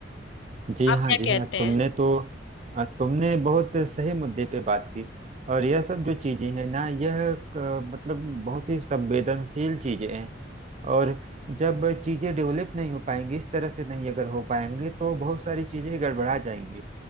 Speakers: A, on the right; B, on the left.
A: जी
B: आप
A: हाँ
B: क्या
A: जी
B: कहते
A: हाँ
B: हैं
A: तुमने तो अ, तुमने बहुत सही मुद्दे पे बात की और यह सब जो चीजें हैं ना यह क- मतलब बहुत ही संवेदनशील चीजें हैं और जब चीजें डेवलप नहीं हो पाएंगी इस तरह से नहीं अगर हो पाएंगे तो बहुत सारी चीजें गड़बड़ा जाएंगी